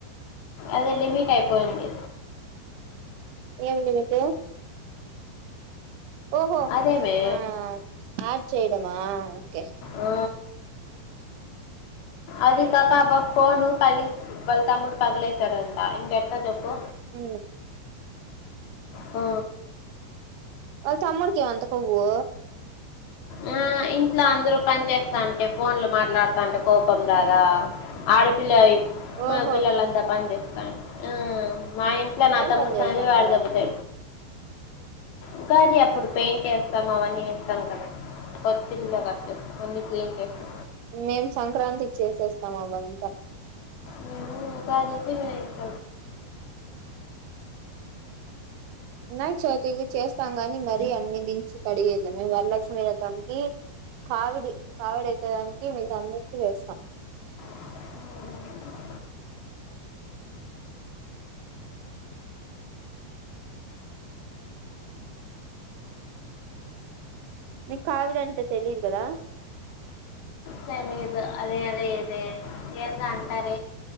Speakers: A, on the left; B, on the right.
A: అదే లిమిీట్ అయిపోంది
B: ఏం నిమితే ఓహో
A: అదేమే
B: ఆ ఆడ్ చేయడమా ఓకే
A: ఆ అదిక అకబా ఫోను పగిలి బల్తాముర్ పగిలైతాడు అంత ఇింగ్ ఎర్తదప్పు
B: హ
A: ఆ
B: వాళ్ళ తమ్ముడికిమంత కొవ్వు
A: ఆ ఇంట్లో అందరుూ పని చేస్తా అంటే ఫోన్లు మాట్లాడుతాంటే కోపం రాదా ఆడపిల్ల
B: ఓహో
A: మా పిల్లలంతా పనిపిస్తా ఆ మా ఇంట్లో నా
B: ఏం
A: తమ్మ
B: పని చేస్తాన్నారా
A: స వాడ దబ్బతా ఇకాది అప్పుడు పెయింట్ చేస్తాం అవన్నీ వస్తాం కదా ఇల్లు కట్టేసి అన్ని క్లీన్ చేసి
B: మేం సంక్రాంతి చేసేస్తాం అమంతా
A: మ బతద మ క
B: ఉన్నాయి చవితివి చేస్తాం గాని మరీ అన్ని దించి కడిగేద్లే మేము వరలక్ష్మి వతంకి కావిడి కావిడ అయితే దానికి మీకు అందరికి వేస్తాం
A: ఉ
B: నీకు కామెడీ అంటే తెలిదు కదా
A: సర ఇ అదే అదే ఇదే ఎద అంటార